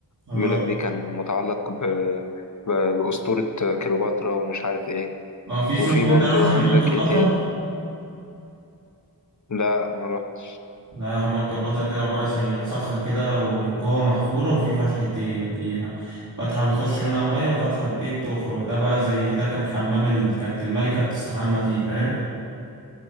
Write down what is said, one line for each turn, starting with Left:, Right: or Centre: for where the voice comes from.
Right: اه
Left: بيقول لك دي كان متعلق ب... ب... بأسطورة كليوباترا ومش عارف ايه
Right: اه في
Left: وفي
Right: شفت
Left: برضه
Right: انت رحت حمام
Left: عندك
Right: كليوباترا
Left: ايه تاني لا ما رحت
Right: لا حمام كليوباترا كده عباره زي صخره كده ومن جوه محفوره وفي فتحتين فيها فتحة بتخش منها المية وفتحة بت- ايه بتخرج ده بقى زي ده كان حمام ال... كانت الملكة بتستحمى فيه فاهم